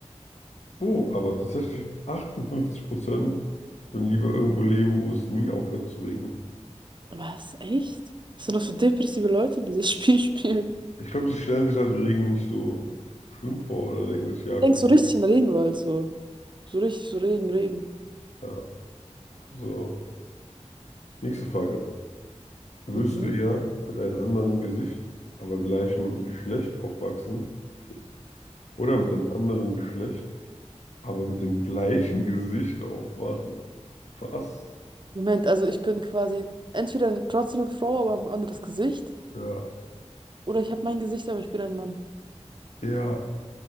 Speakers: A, on the left; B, on the right.
A: Oh, aber tatsächlich 58% würden lieber irgendwo leben, wo es nie aufhört zu regnen.
B: Was? Echt? Was sind das für depressive Leute, die das <laughs> Spiel spielen?
A: Ich glaube, sie stellen sich halt Regen nicht so schlimm vor oder denken sich, ja, ich
B: Denkst
A: bin
B: so richtig
A: eh.
B: in den Regenwald, so. So richtig, so Regen, Regen.
A: Ja, so. Nächste Frage. Würdest
B: Mhm.
A: du eher mit einem anderen Gesicht, aber gleichen Geschlecht aufwachsen? Okay. Oder mit einem anderen Geschlecht, aber mit dem gleichen Gesicht aufwachen? Was?
B: Moment, also ich bin quasi entweder trotzdem eine Frau, aber ein anderes Gesicht.
A: Ja.
B: Oder ich habe mein Gesicht, aber ich bin ein Mann.
A: Ja,